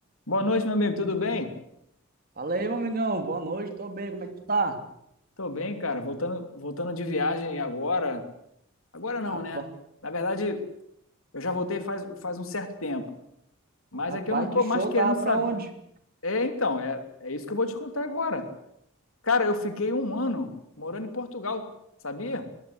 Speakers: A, on the left (about 70°); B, on the right (about 45°).
A: Boa noite, meu amigo. Tudo bem?
B: Fala aí, meu amigão. Boa noite, tô bem, como é que tu tá?
A: Tô bem, cara. Voltando, voltando de viagem agora. Agora não,
B: Rapaz,
A: né? Na verdade, eu já voltei faz, faz um certo tempo. Mas
B: rapaz,
A: é que eu não tô
B: que show,
A: mais querendo
B: tava
A: saber.
B: pra onde?
A: É, então, é, é isso que eu vou te contar agora. Cara, eu fiquei um ano morando em Portugal, sabia?